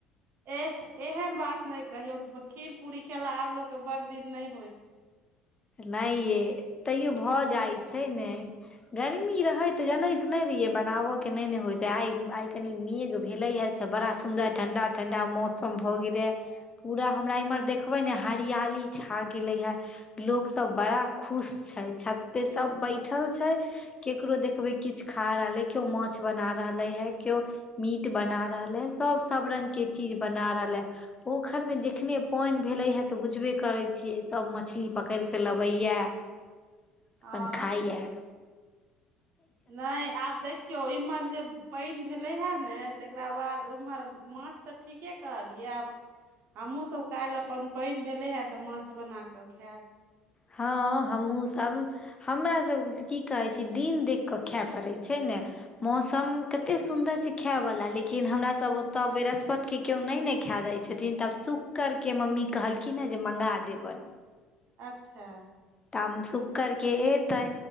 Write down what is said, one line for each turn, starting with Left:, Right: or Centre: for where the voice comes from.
Right: एह एहन बात नहि कहियौ खीर पूरी खेला आब लोग के बड़ दिन नहि होइ छै
Left: नहि यै तैयो भऽ जाइत छै ने गर्मी रहे त जनैत नहि रहिये बनाबो के नहि ने होयते आइ आइ कनी मेघ भेले हे से बड़ा सुंन्दर ठंडा ठंडा मौसम भ गेले पूरा हमरा इम्हर देखबै ने हरियाली छा गेले हे लोक सब बड़ा खुश छै छते सब बैठल छै केकरो देखबै किछु खा रहल ह केओ माछ बना रहले है केओ मीट बना रहल है सभ सब रंग के चीज बना रहलै पोखरिमे जखने पानि भेलै हे तऽ बुझबे करै छियै सभ मछली पकड़ि कऽ लबैए अपन
Right: हँ
Left: खाइए
Right: नहि आब देखियौ इमहर जे पानि भेलै हए ने तकरा बाद ओम्हर माछ तऽ ठीके कहलियै आब हमहूँ सब काल्हि अपन पइन भेले ऐ तऽ माछ बना कऽ खेले
Left: हँ हमहूँ सब हमरा सभ के तऽ की कहै छी दिन देख कऽ खे पड़ै छै ने मौसम कते सुन्दर छै खायवला लेकिन हमरा सब ओतय बृहस्पति के केओ नहि ने खा दै छथिन तऽ आब सुकेर क मम्मी कहलखिन हे जे मँगा देबनि
Right: अच्छा
Left: ता शुक्करके अयतै